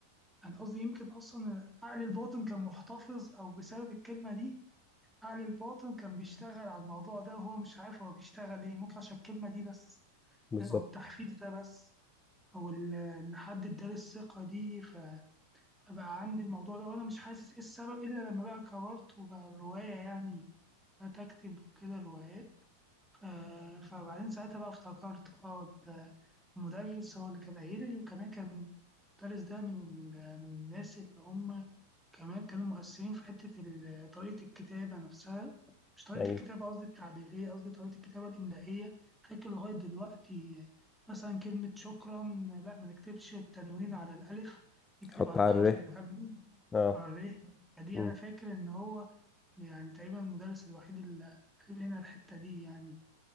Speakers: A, in the centre; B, on the left.
A: انا قصدي يمكن اصلا عقل الباطن كان محتفظ او بسبب الكلمه دي عقل الباطن كان بيشتغل على الموضوع ده وهو مش عارف هو بيشتغل ايه ممكن عشان الكلمه دي بس
B: بالظبط
A: فاهم؟ او التحفيز ده بس او ال- ان حد اداني الثقه دي ف- فبقى عندي الموضوع ده وانا مش حاسس ايه السبب الا لما بقى كبرت وبقى الروايه يعني بدأت اكتب وكده روايات آه، فبعدين ساعتها بقى افتكرت اه ده المدرس هو اللي كان قايل لي وكمان كان المدرس ده من ال- من الناس اللي هم كمان كانوا مؤثرين في حتة ال- طريقة الكتابة نفسها مش طريقة
B: ايوه
A: الكتابة قصدي التعبيرية قصدي طريقة الكتابة الإملائية فاكر لغاية دلوقتي مثلا كلمة شكرا لا ما نكتبش التنوين على الألف نكتب
B: حط
A: على
B: على
A: الحرف
B: الره
A: اللي قبله
B: اه
A: على الر فدي
B: مم.
A: أنا فاكر إن هو يعني تقريبا المدرس الوحيد اللي قال لنا الحتة دي يعني